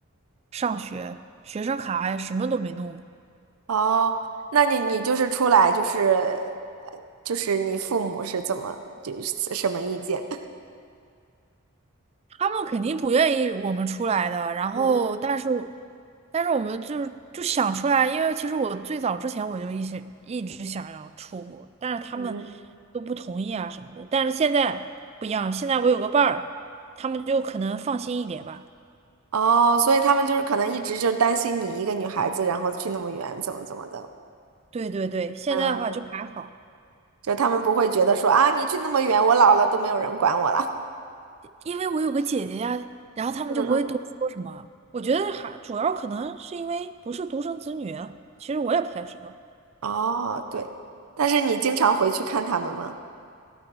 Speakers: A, on the right; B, on the right.
A: 上学，学生卡什么都没弄
B: 哦，那你你就是出来就是呃就是你父母是怎么就是什么意见？
A: 他们肯定不愿意我们出来的，然后但是，
B: <laughs> 嗯嗯
A: 但是我们就是就想出来，因为其实我最早之前我就一直一直想要出国，但是他们
B: 嗯嗯。
A: 都不同意啊什么的。但是现在不一样，现在我有个伴儿，他们就可能放心一点吧。
B: 哦，所以他们就是可能一直就担心你一个女孩子，然后去那么远，怎么怎么的。
A: 对对对，现在的话就还好，
B: 嗯，就他们不会觉得说啊，你去那么远，我老了都没有人管我了。
A: 因为我有个姐姐呀，然后他们就不会多说什么。
B: 嗯嗯。
A: 我觉得还主要可能是因为不是独生子女啊，其实我也不太知道。
B: <laughs> 哦，对，但是你经常回去看他们吗？